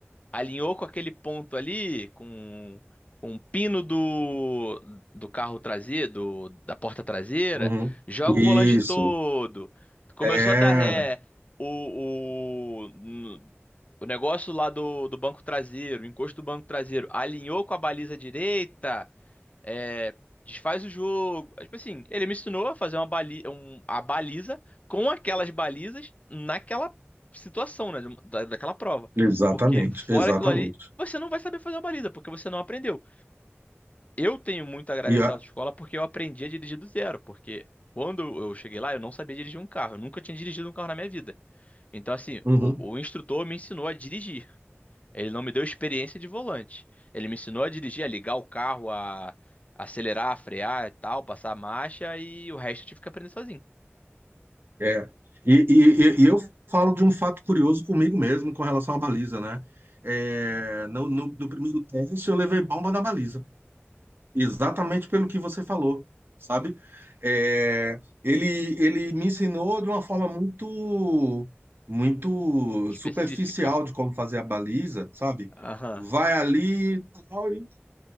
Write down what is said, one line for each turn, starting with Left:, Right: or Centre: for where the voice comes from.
Left: alinhou com aquele ponto ali, com, com o pino do, do carro traseiro, do- da porta traseira,
Right: Uhum.
Left: joga
Right: Isso.
Left: o volante todo. Começou
Right: É,
Left: a dar ré, o, o, no- o negócio lá do, do banco traseiro, o encosto do banco traseiro, alinhou com a baliza direita, é, desfaz o jogo. É, Tipo assim, ele me ensinou a fazer uma bali um- a baliza com aquelas balizas naquela situação, né? da- daquela prova.
Right: exatamente,
Left: Porque fora
Right: exatamente.
Left: aquilo ali, você não vai saber fazer uma baliza, porque você não aprendeu. Eu tenho muito a agradecer
Right: E, a-
Left: à autoescola porque eu aprendi a dirigir do zero, porque. Quando eu cheguei lá, eu não sabia dirigir um carro. Eu nunca tinha dirigido um carro na minha vida. Então, assim,
Right: uhum,
Left: o, o instrutor me ensinou a dirigir. Ele não me deu experiência de volante. Ele me ensinou a dirigir, a ligar o carro, a acelerar, a frear e tal, passar a marcha e o resto eu tive que aprender sozinho.
Right: é. E, e- e- e eu falo de um fato curioso comigo mesmo com relação à baliza, né? É, no, no- no primeiro teste eu levei bomba na baliza. Exatamente pelo que você falou, sabe? É, ele, ele me ensinou de uma forma muito, muito
Left: Específica.
Right: superficial de como fazer a baliza, sabe?
Left: Aham,
Right: Vai ali, tal, e-